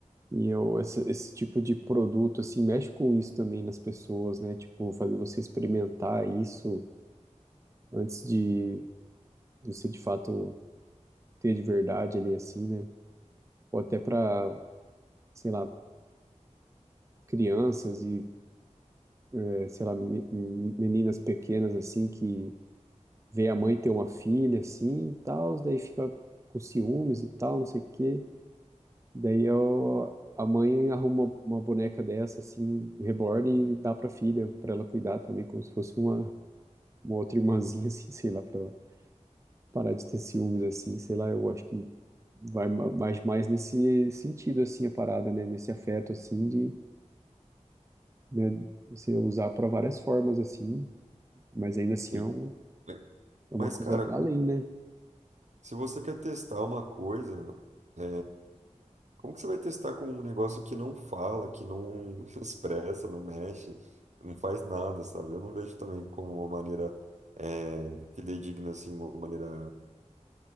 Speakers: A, on the right; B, on the right.
A: E eu, esse, esse tipo de produto, assim, mexe com isso também nas pessoas, né? Tipo, fazer você experimentar isso antes de você, de fato, ter de verdade ali, assim, né? Ou até para, sei lá, crianças e, eh, sei lá, me- meninas pequenas, assim, que vê a mãe ter uma filha, assim, e tal, daí fica com ciúmes e tal, não sei o quê. Daí eu, a mãe arruma uma boneca dessa, assim, reborn e dá pra filha, pra ela cuidar também, como se fosse uma uma outra irmãzinha, <laughs> assim, sei lá, pra ela parar de ter ciúmes, assim, sei lá, eu acho que vai ma- mais, mais nesse sentido, assim, a parada, né? Nesse afeto, assim, de, né, você usar para várias formas, assim, mas ainda assim
B: Sim.
A: é, um,
B: Mas,
A: é uma
B: mas,
A: coisa
B: cara,
A: além, né?
B: se você quer testar uma coisa, é, como que você vai testar com um negócio que não fala, que não <laughs> expressa, não mexe, não faz nada, sabe? Eu não vejo também como uma maneira é, fidedigna, assim, uma maneira